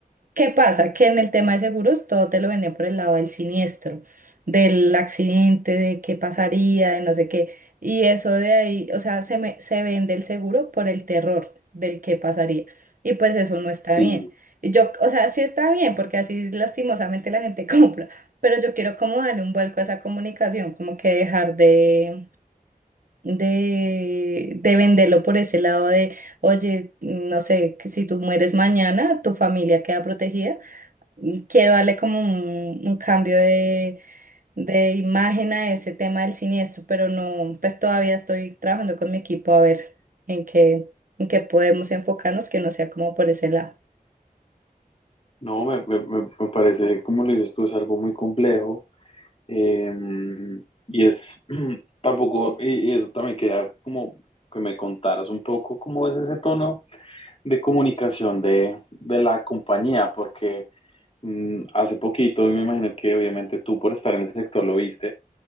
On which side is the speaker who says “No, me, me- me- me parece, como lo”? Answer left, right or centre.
Left